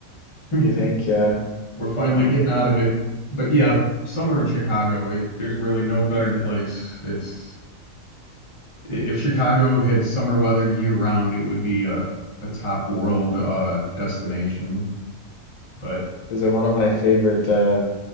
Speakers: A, on the left (about 30°); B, on the left (about 85°).
A: <laughs> We're
B: you think, yeah.
A: finally
B: So,
A: getting out of it. But yeah, summer in Chicago, it there's really no better place. It's i- if Chicago had summer weather year round, it would be a, a top world uh, destination. But
B: is it one of my favorite uh,